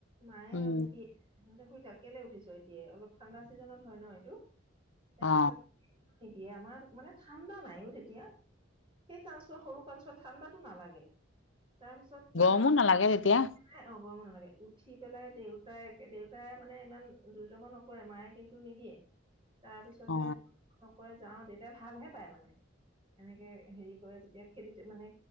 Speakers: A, on the right; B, on the left.
A: মায়ে
B: উম
A: নিদিয়ে তহঁতে শুই থাক, কেলেই উঠিছ' এতিয়া অলপ ঠাণ্ডা ছিজনত হয় ন' এইটো
B: অ
A: তাৰপিছত নিদিয়ে, আমাৰ মানে ঠাণ্ডা নাই অ' তেতিয়া সেই কালচোৱা সৰু কালচোৱা ঠাণ্ডাতো নালাগে, তাৰপিছত নাই
B: মোক নালাগে তেতিয়া।
A: একেবাৰে অ' গৰমো নালাগে, উঠি পেলাই দেউতাই একে দেউতাই মানে ইমান জোৰ-জবৰ নকৰে, মায়ে কিন্তু নিদিয়ে
B: <inaudible>
A: তাৰ পিছতে
B: অ
A: সকলো যাওঁ তেতিয়া, ভালহে পাই মানে। এনে হেৰি কৰে, যিটোৱে খেদি মানে